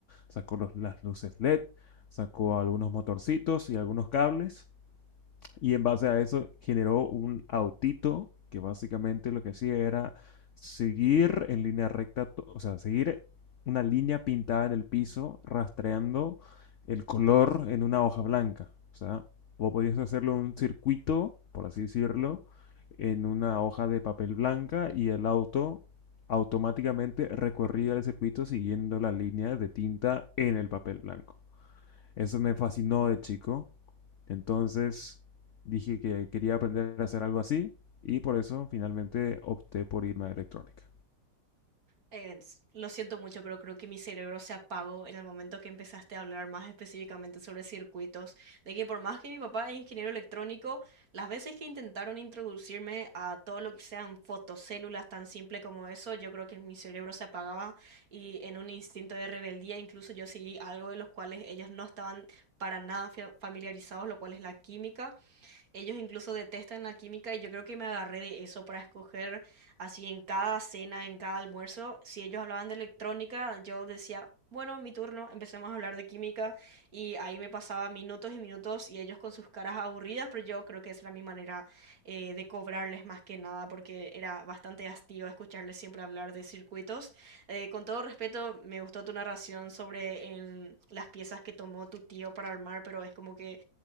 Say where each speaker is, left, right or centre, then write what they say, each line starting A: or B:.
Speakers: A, on the left; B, on the right.
A: Sacó los- las luces LED, sacó algunos motorcitos y algunos cables y en base a eso generó un autito que básicamente lo que hacía era seguir en línea recta, to- o sea, seguir una línea pintada en el piso, rastreando el color en una hoja blanca. O sea, vos podías hacerlo un circuito, por así decirlo, en una hoja de papel blanca y el auto automáticamente recorría el circuito siguiendo la línea de tinta en el papel blanco. Eso me fascinó de chico. Entonces dije que quería aprender a hacer algo así y por eso finalmente opté por irme a electrónica.
B: Eh, lo siento mucho, pero creo que mi cerebro se apagó en el momento que empezaste a hablar más específicamente sobre circuitos, de que por más que mi papá es ingeniero electrónico, las veces que intentaron introducirme a todo lo que sean fotocélulas tan simple como eso, yo creo que mi cerebro se apagaba y en un instinto de rebeldía incluso yo seguí algo de los cuales ellos no estaban para nada fa- familiarizados, lo cual es la química, Ellos incluso detestan la química y yo creo que me agarré de eso para escoger así en cada cena, en cada almuerzo. Si ellos hablaban de electrónica, yo decía, bueno, mi turno, empecemos a hablar de química y ahí me pasaba minutos y minutos y ellos con sus caras aburridas, pero yo creo que esa era mi manera eh, de cobrarles más que nada porque era bastante hastío escucharles siempre hablar de circuitos. Eh, con todo respeto, me gustó tu narración sobre en, las piezas que tomó tu tío para armar, pero es como que